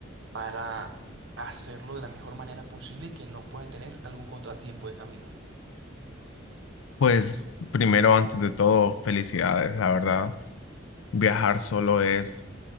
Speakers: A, on the right; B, on the left.
A: para hacerlo de la mejor manera posible y que no pueda tener algún contratiempo de camino?
B: Pues primero, antes de todo, felicidades, la verdad. Viajar solo es